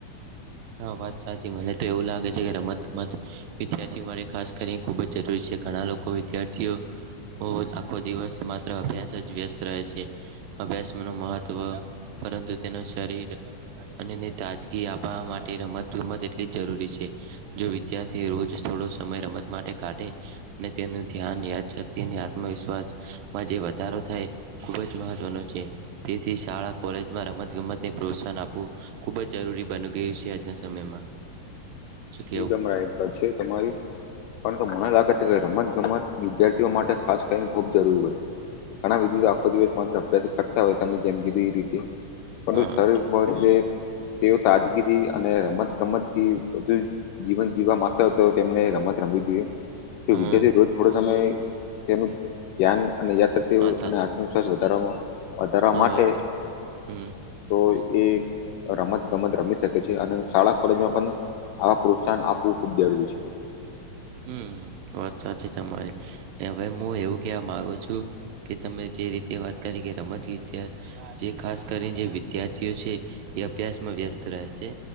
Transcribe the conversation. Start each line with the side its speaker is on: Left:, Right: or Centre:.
Right: હા વાત સાચી મને તો એવું લાગે છે કે રમત ગમત વિદ્યાર્થી મારે. ખાસ કરીને ખુબ જ જરૂરી છે ઘણા લોકો વિદ્યાર્થીઓ આખો દિવસ. માત્ર અભ્યાસ જ વ્યસ્ત રહે છે. અભ્યાસ ન મહત્વ પરંતુ તેનો શરીર અનેને તાજગી આપવા માટે. ટે રમત ગમત એટલી જ જરૂરી છે જો વિદ્યાર્થી રોજ. થોડો સમય રમત માટે કાઢે અને તેનું ધ્યાન યાદ શક્તિ અને આત્મવિશ્વાસ. મા જે વધારો થાય ખૂબ જ મહત્વનો છે. તેથી શાળા કોલેજમાં રમત ગમતને પ્રોત્સાહન આપવું ખુબ જ જરૂરી બની ગયું છ. આજના સમયમાં. શું કેવું
Left: એકદમ રાઈટ વાત છે તમારી. પરંતુ મને લાગે છે કે રમત ગમત વિદ્યાર્થીઓ માટે ખાસ કરીને ખૂબ જરૂરી હોય. ઘણા વિધું આખો દિવસ માત્ર અભ્યાસ કરતા હોય તમને જેમ કીધું એ રીતે. <inaudible>
Right: હા
Left: શરીર એટલે તેઓ તાજગીથી અને રમત ગમત થી બધુ. જીવન જીવવા માંગતા હોય તો તેમને રમત રમવી જોઈએ તો
Right: હમ
Left: વિદ્યાર્થી રોજ થોડો સમય. તેનું ધ્યાન અને યાદશક્તિ. તેઓ
Right: વાત હાચી
Left: અને આત્મવિશ્વાસ વધાર વધારવા
Right: હોવે
Left: માટે.
Right: હમ
Left: તો એ રમત ગમત રમી શકે છે અને શાળા કોલેજમાં પણ. આવા પ્રોત્સાહન આપવું ખૂબ જરૂરી છે.
Right: હમ વાત સાચી તમારી હવે હું એવું કેવા માગુ છું. કે તમે જે રીતે વાત કરી કે રમત ગીત જે ખાસ કરીને જે વિદ્યાર્થીઓ છે. એ અભ્યાસ માં વ્યસ્ત રહે છે.